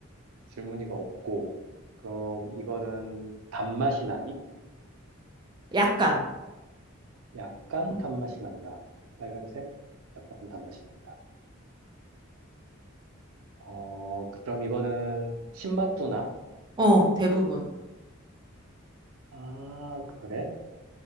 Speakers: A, on the right; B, on the right.
A: 줄무늬가 없고. 그럼 이거는 단맛이 나니?
B: 약간.
A: 약간 단맛이 난다. 빨간색? 약간 단맛이 난다. 어, 그럼 이거는 신맛두나?
B: 어, 대부분.
A: 아, 그래?